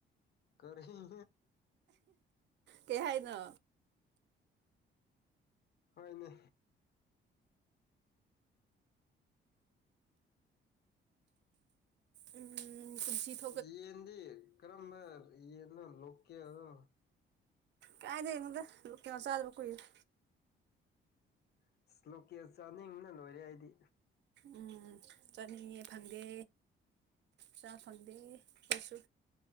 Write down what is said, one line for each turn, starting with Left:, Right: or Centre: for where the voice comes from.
Left: ꯀꯔꯤꯅꯣ
Right: ꯀꯩꯍꯥꯏꯅꯣ
Left: ꯍꯣꯏꯅꯦ
Right: ꯎꯝ <unintelligible>
Left: ꯌꯦꯟꯗꯤ ꯀꯔꯝꯕ ꯌꯦꯟꯅꯣ ꯂꯣꯀꯦꯜꯂꯣ
Right: ꯀꯥꯏꯗꯩꯅꯣꯗ ꯂꯣꯀꯦꯜ ꯆꯥꯗꯕ ꯀꯨꯏꯔꯦ
Left: <unintelligible> ꯂꯣꯀꯦꯜ ꯆꯥꯅꯤꯡꯕꯅ ꯂꯣꯏꯔꯦ ꯑꯩꯗꯤ
Right: ꯎꯝ ꯆꯥꯅꯤꯡꯉꯦ ꯐꯪꯗꯦ ꯆꯥ ꯐꯪꯗꯦ ꯈꯣꯏꯁꯨ